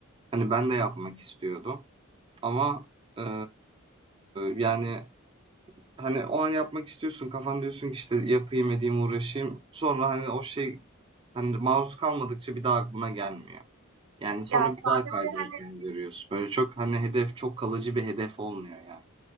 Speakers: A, on the right; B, on the right.
A: Hani ben de yapmak istiyordum. Ama eee, yani Hani o an yapmak istiyorsun. Kafan diyorsun ki işte yapayım edeyim uğraşayım. Sonra hani o şey hani maruz kalmadıkça bir daha aklına gelmiyor. Yani sonra
B: Ya, sadece,
A: bir daha kaydırırken
B: hani
A: görüyorsun. Böyle çok hani hedef çok kalıcı bir hedef olmuyor yani.